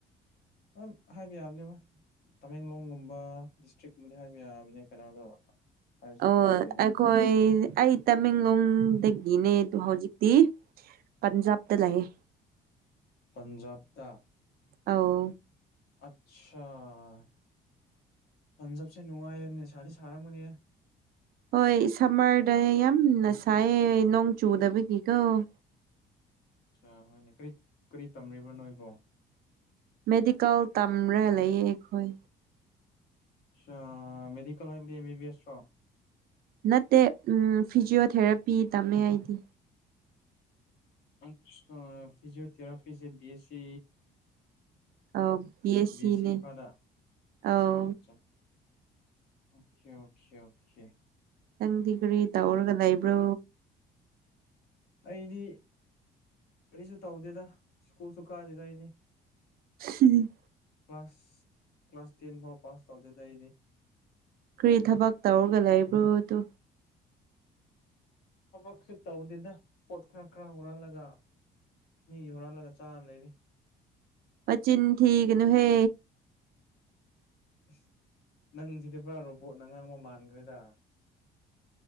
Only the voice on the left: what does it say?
ꯑ ꯍꯥꯏꯕꯤ ꯌꯥꯝꯕꯅꯦ ꯃꯥ ꯇꯃꯦꯡꯂꯣꯡꯒꯨꯝꯕ ꯗꯤꯁꯇ꯭ꯔꯤꯛꯀꯨꯝꯕꯗꯤ ꯍꯥꯏꯕ ꯌꯥꯕꯅꯦ ꯀꯩꯅꯣꯗꯣ ꯍꯥꯏꯔꯁꯨ
ꯀꯥꯏꯗꯦꯗ
ꯄꯟꯖꯥꯕꯇ
ꯑꯆꯥꯥ ꯄꯥꯟꯖꯁꯦ ꯅꯨꯡꯉꯥꯏꯅꯦꯁꯥꯗꯤ ꯁꯥꯔꯝꯕꯅꯦ
ꯑꯆꯥ ꯍꯣꯏꯅꯦ ꯀꯔꯤ ꯀꯔꯤ ꯇꯝꯂꯤꯔꯤꯕꯣ ꯅꯣꯏꯕꯣ
ꯑ ꯃꯦꯗꯤꯀꯦꯜ ꯍꯥꯏꯕꯗꯤ ꯑꯦꯁ꯭ꯔ
ꯑ ꯐꯤꯖꯤꯑꯣꯊꯦꯔꯥꯄꯤꯤꯁꯤꯦ ꯕꯤ ꯑꯦꯁ
ꯁꯤ ꯁꯤ ꯃ ꯈꯥꯗ
ꯑꯣꯦ ꯑꯣꯦ ꯑꯣꯦ
ꯑꯩꯗꯤ ꯑꯩꯁꯨ ꯇꯧꯗꯦꯗ ꯁ꯭ꯀꯨꯜꯁꯨ ꯀꯥꯗꯦꯗ ꯑꯩꯗꯤ
ꯀ꯭ꯂꯥꯁ ꯀ꯭ꯂꯥꯁ ꯇꯦꯟ ꯐꯥꯎ ꯄꯥꯁ ꯇꯧꯗꯦꯗ ꯑꯩꯗꯤ
ꯊꯕꯛꯁꯨ ꯇꯧꯗꯦꯗ ꯄꯣꯠ ꯈꯔ ꯈꯔ ꯎꯍꯜꯂꯒ ꯃꯤꯒꯤ ꯍꯨꯔꯜꯂꯒ ꯆꯥꯔ ꯂꯩꯔꯤ
ꯑꯁ ꯅꯪꯁꯤꯗꯤ ꯄꯨꯔꯥ ꯔꯣꯕꯣꯠꯅꯉꯥꯡ ꯑꯃ ꯃꯥꯟꯈ꯭ꯔꯦꯗ